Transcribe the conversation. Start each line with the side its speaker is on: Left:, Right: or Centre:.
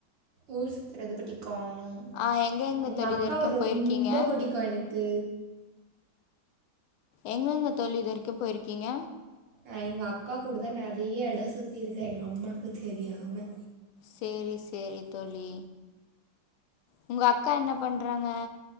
Right: ஊர் சுத்துரதுப் பிடிக் <unintelligible>
Left: ஆ எங்கெங்க
Right: எங்க
Left: தோழி
Right: அக்காவ
Left: இது வரைக்கு
Right: ரொம்ப
Left: போயிருக்கீங்க
Right: பிடிக்கூ எனக்கு
Left: எங்கெங்க தோழி இது வரைக்கூ போயிருக்கீங்க
Right: அஹ் எங்க அக்கா கூடதான் நெறைய எடம் சுத்தி இருக்கே எங்க அம்மாக்கு தெரியாம
Left: செரி செரி தோழி உங்க அக்கா என்ன பண்றாங்க